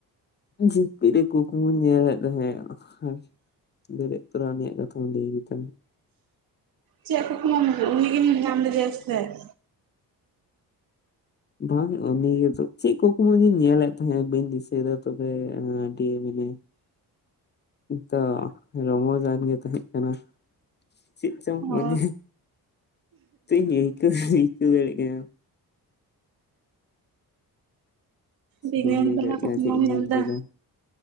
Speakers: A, on the left; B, on the right.
A: ᱡᱟᱹᱯᱤᱫ ᱨᱮ ᱠᱩᱠᱢᱩ ᱧᱮᱞᱮᱫ ᱛᱟᱦᱮᱸᱫ᱾ <unintelligible> ᱛᱩᱨᱟ ᱩᱱᱤᱭᱟᱜ ᱠᱟᱛᱷᱟᱢ ᱞᱟᱹᱭ ᱠᱮᱫᱟᱢ <inaudible>
B: ᱪᱮᱫ ᱠᱩᱠᱢᱩ ᱩᱱᱤᱜᱤᱢ ᱧᱟᱢ ᱞᱮᱫᱮᱭᱟ ᱥᱮᱪᱮᱫ?
A: ᱵᱟᱝ ᱩᱱᱤ ᱜᱮ ᱪᱮᱫ ᱠᱩᱠᱢᱩᱧ ᱧᱮᱞᱮᱫ ᱛᱟᱦᱮᱸᱫ ᱵᱟᱹᱧ ᱫᱤᱥᱟᱹᱭᱮᱫᱟ ᱛᱚᱵᱮ ᱟᱹᱰᱤ ᱢᱟᱱᱮ᱾ ᱛᱚ ᱨᱚᱢᱚᱡᱟᱱ ᱜᱮ ᱛᱟᱦᱮᱸ ᱠᱟᱱᱟ᱾ ᱪᱮᱫ ᱪᱚᱝ ᱢᱟᱱᱮ
B: ᱚ
A: ᱪᱮᱫ <inaudible> ᱟᱹᱭᱠᱟᱹᱣ ᱫᱟᱲᱭᱟᱜ ᱠᱟᱱᱟ᱾
B: ᱫᱤᱱᱟᱹᱢ
A: ᱵᱟᱹᱧ ᱞᱟᱹᱭ
B: ᱵᱮᱞᱟ
A: ᱫᱟᱲᱮᱜ
B: ᱠᱩᱠᱢᱩᱢ
A: ᱠᱟᱱᱟ ᱪᱮᱫ ᱤᱧ ᱧᱮᱞ
B: ᱫᱟ
A: ᱠᱮᱫᱟ᱾